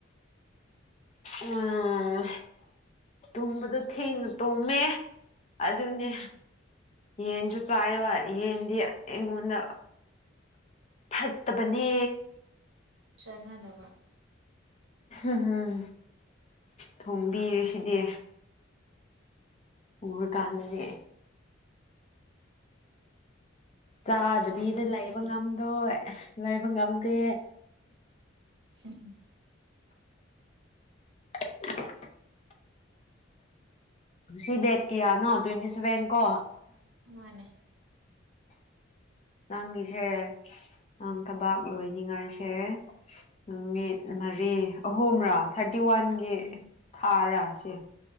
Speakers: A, on the left; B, on the right.
A: ꯎꯝ ꯇꯨꯝꯕꯗꯣ ꯊꯦꯡꯅ ꯇꯣꯝꯃꯦ ꯑꯗꯨꯅꯦ
B: ꯎꯝ
A: ꯌꯦꯟꯁꯨ ꯆꯥꯏꯕ ꯌꯦꯟꯗꯤ ꯌꯦꯉꯣꯟꯗ ꯐꯠꯇꯕꯅꯦ
B: ꯆꯅꯥꯗꯕ
A: ꯎꯝꯝ ꯊꯣꯡꯕꯤꯔꯁꯤꯗꯤ ꯎꯔ ꯀꯥꯟꯗꯔꯦ ꯆꯥꯗꯕꯤꯗ
B: ꯆꯥꯅꯤꯡꯕ
A: ꯂꯩꯕ ꯉꯝꯗꯣꯏ ꯂꯩꯕ ꯉꯝꯗꯦ
B: ꯎꯝ
A: <unintelligible> ꯁꯤ ꯗꯦꯠ ꯀꯌꯥ ꯅ ꯇ꯭ꯋꯦꯟꯇꯤ ꯁꯚꯦꯟ ꯀꯣ
B: ꯃꯥꯅꯦ
A: ꯇꯪꯉꯤꯤꯁꯦ
B: <unintelligible>
A: ꯅ ꯊꯕꯥꯛ ꯂꯣꯏꯅꯤꯡꯉꯥꯏꯁꯦ ꯅꯨꯃꯤꯠ ꯃꯔꯤ ꯑꯍꯨꯝꯔꯥ ꯊꯥꯔ ꯇꯥꯇꯤ ꯋꯥꯟꯒꯤ
B: ꯎꯝ
A: ꯊꯥꯔ ꯁꯤꯦ